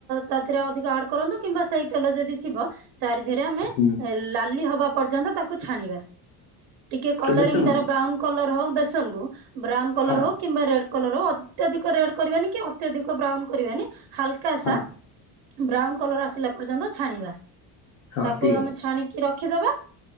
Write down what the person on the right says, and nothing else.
ତାଥିରେ ଅଧିକ ଆଡ୍ କରନ୍ତୁ କିମ୍ବା ସେଇ ତେଲ ଯଦି ଥିବ ତାର ଥିରେ ଆମେ
ଲାଲି ହବା ପର୍ଯ୍ୟନ୍ତ ତାକୁ ଛାଣିବା ଟିକେ କଲରିଙ୍ଗ
ତାର ବ୍ରାଉନ କଲର ହଉ ବେସନକୁ ବ୍ରାଉନ କଲର
ହଉ କିମ୍ବା ରେଡ଼ ଅତ୍ୟଧିକ ରେଡ କରିବାନି କି ଅତ୍ୟଧିକ ବ୍ରାଉନ କରିବାନି ହାଲକାସା
ବ୍ରାଉନ କଲର ଆସିଲା ପର୍ଯ୍ୟନ୍ତ ଛାଣିବା
ତାକୁ
ଆମେ
ଛାଣିକି ରଖିଦବା।